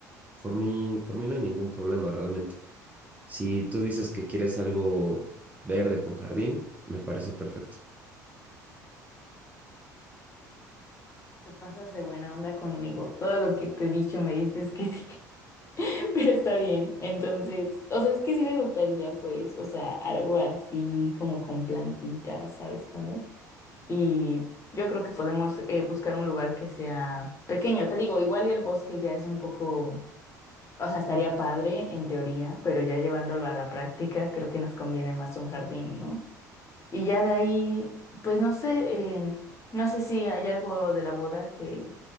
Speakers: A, on the right (about 15°); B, on the left (about 30°).
A: por mí, por mí no hay ningún problema realmente. Si tú dices que quieres algo verde con jardín, me parece perfecto.
B: <laughs> Te pasas de buena onda conmigo. Todo lo que te he dicho me dices que sí. <laughs> Pero está bien. Entonces, o sea, es que sí me gustaría, pues, o sea, algo así como con plantitas, ¿sabes cómo? Y yo creo que podemos eh, buscar un lugar que sea pequeño. Te digo, igual y el bosque ya es un poco, o sea, estaría padre en teoría, pero ya llevándolo a la práctica, creo que nos conviene más un jardín, ¿no? Y ya de ahí, pues no sé, em, no sé si hay algo de la boda que